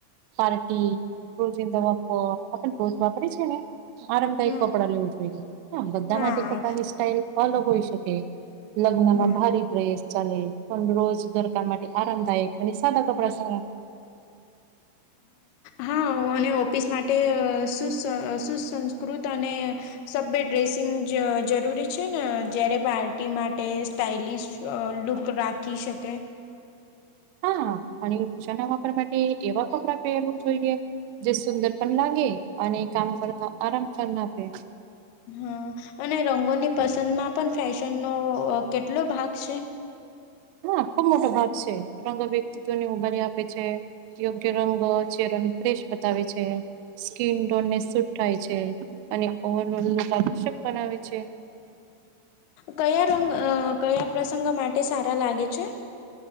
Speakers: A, on the right; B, on the left.
A: પાર્ટી રોજની દવા પર આપણ રોજ વાપરી છે ને આરામદાયક
B: હમ
A: કપડાં લેવું જોઈએ. હા બધા
B: હા
A: માટે કપડાની સ્ટાઈલ અલગ હોઈ શકે. લગ્નમાં
B: હા
A: ભારી ડ્રેસ ચાલે પણ રોજ ઘરકામ માટે આરામદાયક અને સાદા કપડા સારા.
B: હા હા ઓફિસ માટે સુ સુસંસ્કૃત અને સબ્બે ડ્રેસિંગ જ જરૂરી છેને જયારે પાર્ટી માટે સ્ટાઇલિશ લુપ્ત રાખી શકે?
A: હા પણ <unintelligible> એ વા કપડાં પહેરવા જોયે જે સુંદર પણ લાગે અને કામ કરતા આરામ પન આપે
B: હા અને રંગોની પસંદમાં પણ ફેશનનો કેટલો ભાગ છે?
A: હા ખુબ મોટો ભાગ છેં. રંગો વ્યક્તિત્વને ઉભારી આપે છે. યોગ્ય રંગો ચેહરાની ફ્રેશ બતાવે છે. સ્કીનટોનને શૂટ થાય છે અને ઓવર‌ઓલ લુક આકર્ષક બનાવે છે.
B: કયા રંગ કયા પ્રસંગો માટે સારા લાગે છે.